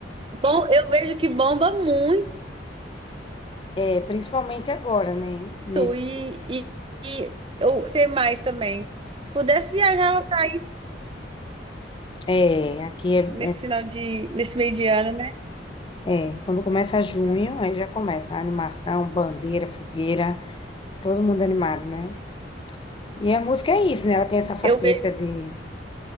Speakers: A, on the right; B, on the left.
A: bom, eu vejo que bomba muito
B: <laughs> é principalmente agora, né? Nesse,
A: e, e, e eu sei mais também. Se pudesse viajar, eu tava
B: é, aqui é,
A: nesse final de nesse meio de ano, né?
B: é, é, quando começa junho, aí já começa a animação, bandeira, fogueira, todo mundo animado, né? E a música é isso, né? Ela tem essa faceta
A: eu
B: de